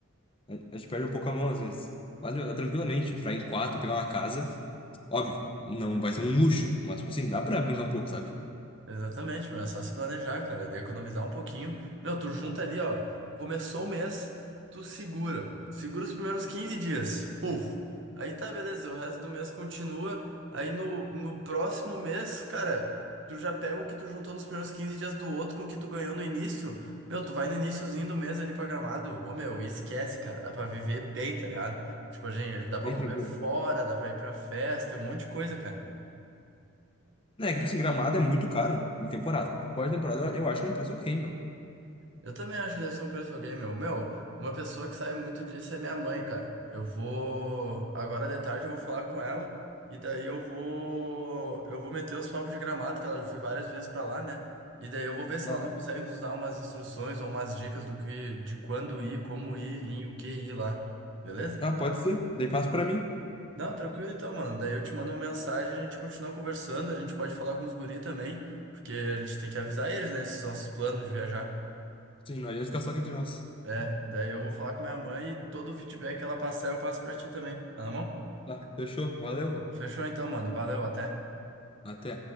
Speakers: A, on the left (about 25°); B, on the right (about 60°).
A: A, a gente perde um pouco a mão às vezes. Mas, meu, dá tranquilamente pra ir em quatro pegar uma casa. Óbvio, não vai ser um luxo, mas, tipo assim, dá pra brincar um pouco, sabe?
B: Exatamente, meu, é só se planejar, cara, de economizar um pouquinho. Meu, tu junta ali, ó, começou o mês, tu segura. Segura os primeiros 15 dias. Puf. Aí tá, beleza, o resto do mês continua. Aí no, no próximo mês, cara, tu já pega o que tu juntou nos primeiros 15 dias do outro com o que tu ganhou no início. Meu, tu vai no iniciozinho do mês ali pra Gramado. Ô, meu, e esquece, cara, dá pra viver bem, tá ligado? Tipo, gente, dá
A: Bem
B: pra comer
A: tranquilo.
B: fora, dá pra ir pra festa, tem um monte de coisa, cara.
A: É que, tipo assim, Gramado é muito caro em temporada. Fora de temporada, eu, eu acho que é um preço ok, meu.
B: Eu também acho que deve ser um preço de alguém, meu. Meu, uma pessoa que sabe muito disso é minha mãe, cara. Eu vou. Agora de tarde eu vou falar com ela e daí eu vou. Eu vou meter os papos de Gramado, que ela já foi várias vezes pra lá, né? E daí eu vou ver se
A: Aham.
B: ela não consegue nos dar umas instruções ou umas dicas do que, de quando ir, como ir e em o que ir lá. Beleza?
A: Ah, pode ser. Daí passa pra mim.
B: Não, tranquilo então, mano. Daí eu te mando uma mensagem, a gente continua conversando, a gente pode falar com os guri também, porque a gente tem que avisar eles, né, esses nossos planos de viajar.
A: Sim, nós vamos ficar só aqui entre nós.
B: É, daí eu vou falar com minha mãe e todo o feedback que ela passar eu passo pra ti também. Tá na mão?
A: Tá, fechou. Valeu.
B: Fechou então, mano. Valeu, até.
A: Até.